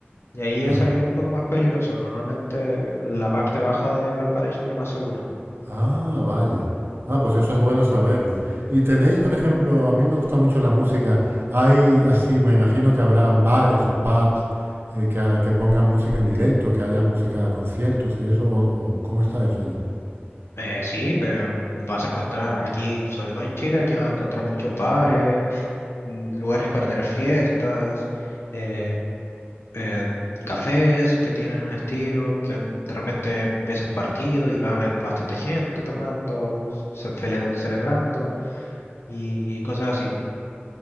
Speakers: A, on the left; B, on the right.
A: Y ahí ya
B: ah,
A: se ve ya un poco más peligroso. Normalmente la parte baja de Valparaíso es lo más seguro.
B: Ah, vaya. Ah, pues eso es bueno saberlo. Y tenéis, por ejemplo, a mí me gusta mucho la música. Hay así, me imagino que habrán bares o pubs eh, que, ha- que pongan música en directo, que haya música, conciertos y eso. O, o- ¿cómo está eso allí?
A: Eh, sí, pero vas a encontrar aquí, sobre todo en Chile, aquí vas a encontrar muchos bares, mm, lugares para tener fiestas, eh, eh, cafés que tienen un estilo, que en- de repente ves un partido y va a haber bastante gente tomando, ce- cele- celebrando y, y cosas así.